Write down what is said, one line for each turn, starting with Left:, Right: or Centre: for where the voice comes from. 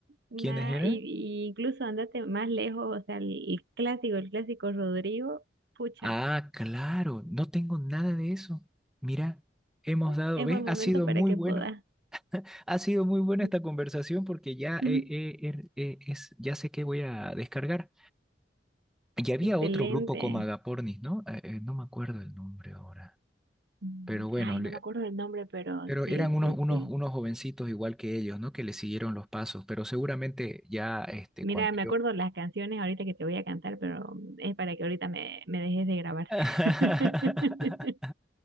Right: nada,
Centre: ¿Quiénes eran?
Right: y, y incluso andate más lejos, o sea, el, el clásico, el clásico Rodrigo, pucha,
Centre: Ah, claro, no tengo nada de eso. Mira, hemos
Right: bueno,
Centre: dado,
Right: es
Centre: ¿ves?
Right: buen momento
Centre: Ha sido
Right: para
Centre: muy
Right: que
Centre: bueno.
Right: puedas.
Centre: Ha sido muy buena
Right: <laughs>
Centre: esta conversación porque ya,
Right: Ujú,
Centre: eh, eh, er- eh, es, ya sé que voy a descargar. Y había
Right: Excelente.
Centre: otro grupo como Agapornis, ¿no? Eh, eh, no me acuerdo el nombre ahora.
Right: Mm,
Centre: Pero bueno,
Right: Ay,
Centre: le-
Right: no me acuerdo del nombre, pero
Centre: Pero eran
Right: sí,
Centre: unos,
Right: sí,
Centre: unos,
Right: sí.
Centre: unos jovencitos igual que ellos, ¿no? Que le siguieron los pasos, pero seguramente ya este,
Right: Mira,
Centre: cuando
Right: me
Centre: yo...
Right: acuerdo las canciones ahorita que te voy a cantar, pero es para que ahorita me, me dejes de grabar.
Centre: <laughs>
Right: <laughs>